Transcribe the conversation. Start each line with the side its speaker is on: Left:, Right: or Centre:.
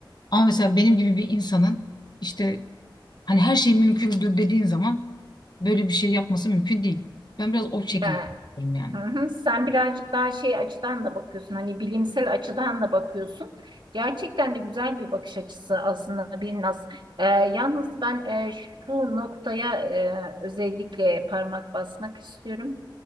Left: Ama mesela benim gibi bir insanın işte hani her şey mümkündür dediğin zaman böyle bir şey yapması mümkün değil. Ben biraz o şekilde
Right: Ha,
Left: düşünüyorum yani.
Right: Hı hı. Sen birazcık daha şey açıdan da bakıyorsun. Hani bilimsel açıdan da bakıyorsun. Gerçekten de güzel bir bakış açısı aslında Birnaz. Ee, yalnız ben e, şu noktaya e, özellikle parmak basmak istiyorum.